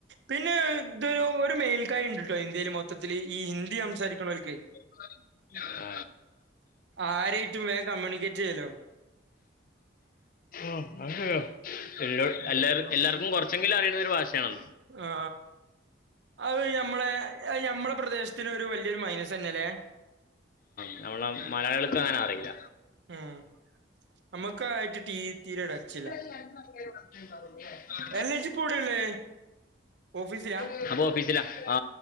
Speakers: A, on the right; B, on the left.
A: പിന്നെ ഇതൊരു ഒരു മേൽക്കായ ഇണ്ട്ട്ടോ ഇന്ത്യോല് മൊത്തത്തില് ഈ ഹിന്ദി സംസാരിക്കണോൽക്കെ
B: <unintelligible>
A: ആരേറ്റും വേം കമ്മ്യൂണിക്കേറ്റ് ചെയ്യുല്ലോ
B: ആ അത് ശരിയാ എല്ലോ
A: ഉം
B: എല്ലാർ എല്ലാർക്കും കൊറച്ചെങ്കിലും അറിയുന്ന ഒരു ഭാഷയാണ്ല്ലോ
A: ആ അത് ഞ്ഞമ്മളെ അത് ഞമ്മളെ പ്രദേശ്ത്തിന് ഒരു വല്യയൊരു മൈനസ് തന്നെ ലെ
B: ഞ്ഞമ്മളം മലയാളികൾക്ക് അങ്ങനെ അറീല്ല
A: ഉം നമ്മക്കായിട്ട് തീ തീരെടച്ചില്ല
B: <unintelligible>
A: എല്ല ഇജി പ്പൊ എവുടേ ള്ളേ ഓഫീസിലാ
B: ഉം ഞാപ്പൊ ഓഫീസിലാ ആ